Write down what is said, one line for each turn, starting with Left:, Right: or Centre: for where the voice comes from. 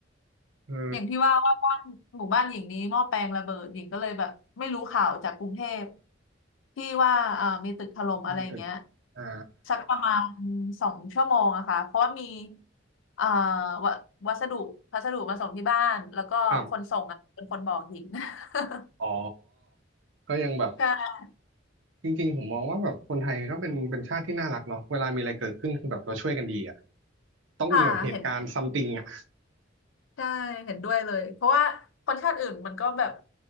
Right: เออ
Left: อย่างที่ว่าว่าบ้านหมู่บ้านหญิงนี้หม้อแปลงระเบิดหญิงก็เลยแบบไม่รู้ข่าวจากกรุงเทพที่ว่าเอ่อมีตึกถล่มอะไรอย่างเงี้ย
Right: ไม่ติดอ่า
Left: สักประมาณสองชั่วโมงอะค่ะเพราะว่ามีเอ่อวัวัสดุพัสดุมาส่งที่บ้านแล้วก็คนส่งอะเป็นคนบอกหญิง
Right: ครับ
Left: <laughs>
Right: อ๋อ ก็ยังแบบ
Left: ใช่
Right: จริงๆผมมองว่าแบบคนไทยก็เป็นเป็นชาติที่น่ารักเนาะเวลามีอะไรเกิดขึ้นคือแบบเราช่วยกันดีอ่ะต้องมีแบบเหตุการณ์ซัมติงอ่ะ
Left: ค่ะเห็นใช่เห็นด้วยเลยเพราะว่าคนชาติอื่นมันก็แบบ